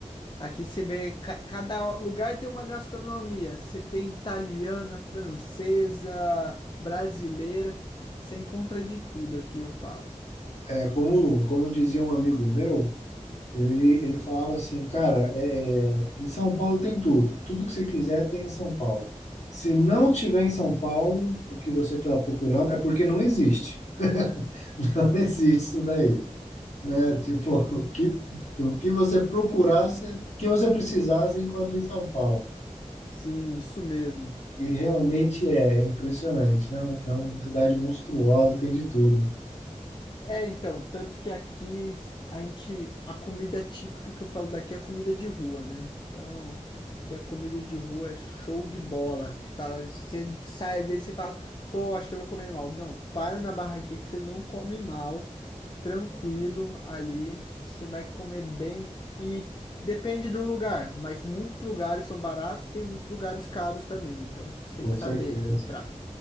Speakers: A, on the left; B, on the left.
A: Aqui você vê, ca- cada lugar tem uma gastronomia. Você tem italiana, francesa, brasileira. Você encontra de tudo aqui, eu falo.
B: É, como, como dizia um amigo meu. Ele, ele falava assim, cara, é, em São Paulo tem tudo. Tudo que você quiser tem em São Paulo. Se não tiver em São Paulo, o que você está procurando é porque não existe. <laughs> Não existe isso daí. né? tipo, o que, o que você procurasse, o que você precisasse, encontra em São Paulo.
A: Sim, isso mesmo.
B: E realmente é, é impressionante. né? É uma cidade monstruosa, tem de tudo,
A: É, então, tanto que aqui a gente, a comida típica que eu falo daqui é comida de rua, né? Então, que a comida de rua é show de bola. Você Fala, você sai às vezes e fala, pô, acho que eu vou comer mal. Não, para na barraquinha que você não come mal. tranquilo ali, você vai comer bem e depende do lugar, mas muitos lugares são baratos, tem muitos lugares caros também, então tipo, você tem
B: com
A: que
B: certeza.
A: saber filtrar.